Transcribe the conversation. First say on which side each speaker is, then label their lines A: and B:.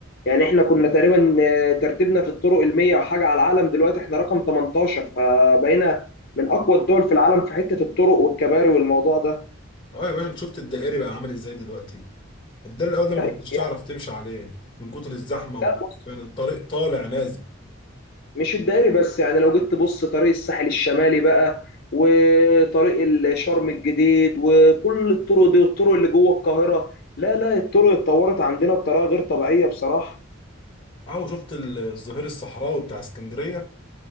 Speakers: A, on the left; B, on the left.
A: يعني احنا كنا تقريبا آه، ترتيبنا في الطرق المية وحاجة على العالم دلوقتي احنا رقم 18 فبقينا من اقوى الدول في العالم في حتة الطرق والكباري والموضوع ده
B: اه يا باشا انت شفت الدائري بقى عامل ازاي دلوقتي الدائري الاول ده
A: طيب،
B: ما كنتش تعرف
A: يعني
B: تمشي عليه من كتر الزحمه وكان
A: لا بص
B: الطريق طالع نازل
A: مش الدائري بس يعني لو جيت تبص طريق الساحل الشمالي بقى وطريق الشرم الجديد وكل الطرق دي والطرق اللي جوه القاهرة لا لا الطرق اتطورت عندنا بطريقة غير طبيعية بصراحة
B: اهو شفت الظهير الصحراوي بتاع اسكندريه